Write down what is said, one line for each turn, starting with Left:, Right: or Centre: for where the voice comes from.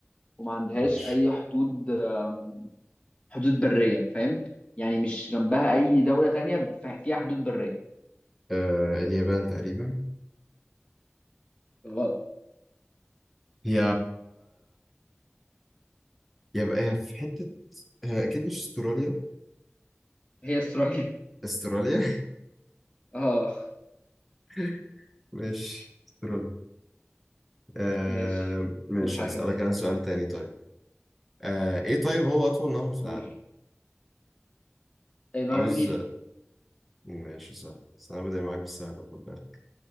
Left: وما عندهاش
Centre: ماشي
Left: اي حدود آم... حدود برية فاهم يعني مش جنبها اي دولة تانية ف- فيها حدود برية
Centre: آه اليابان تقريبا
Left: غلط
Centre: هي يبقى هي في حتة هي أكيد مش استراليا
Left: هي اسرائيل
Centre: استراليا
Left: اه
Centre: <laughs> ماشي استراليا آه
Left: ماشي
Centre: ماشي
Left: قول حاجة
Centre: أسألك
Left: طيب
Centre: أنا سؤال تاني طيب آه إيه طيب هو أطول نهر في
Left: قول
Centre: العالم؟
Left: ايه نهر
Centre: عاوز
Left: النيل
Centre: ماشي سهل بس أنا بادئ معاك بالسهل خد بالك